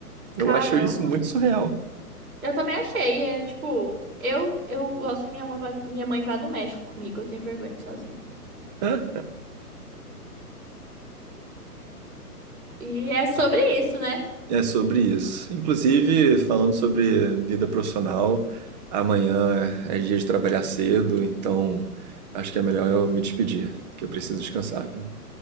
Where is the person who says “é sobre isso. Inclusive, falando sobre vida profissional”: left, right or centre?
Right